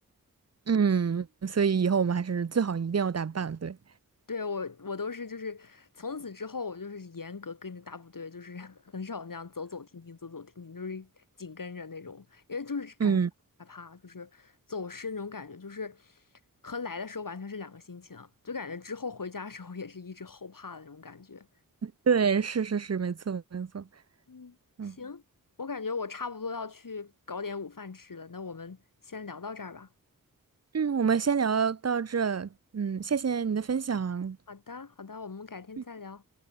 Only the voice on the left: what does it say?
对，我我都是就是从此之后，我就是严格跟着大部队，就是 <laughs> 很少那样走走停停，走走停停，就是紧跟着那种，因为就是感觉害怕，
就是走失那种感觉，就是和来的时候完全是两个心情啊，就感觉之后回家的时候也是一直后怕的那种感觉。
嗯，
行，我感觉我差不多要去搞点午饭吃了，那我们先聊到这儿吧。
好的，好的，我们改天再聊。